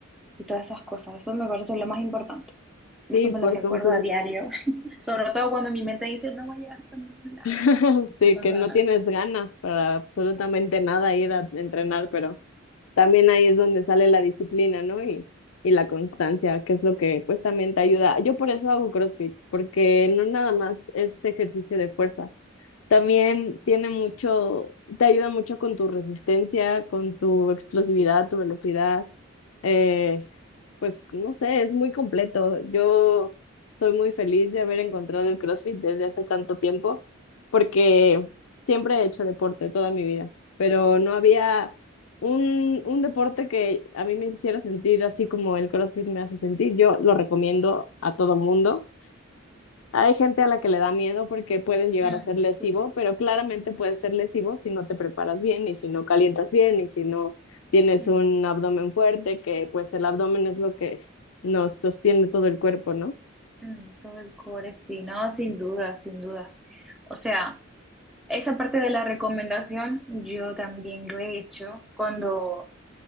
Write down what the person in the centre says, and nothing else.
y todas esas cosas. Eso me parece lo más importante. Eso
me
lo recuerdo
a diario, <laughs> sobre todo cuando mi mente dice, no vayas a ningún lado.
<laughs>
Mm,
sí,
Mm,
mm, todo el core, sí, no, sin duda, sin duda. O sea, esa parte de la recomendación yo también lo he hecho cuando,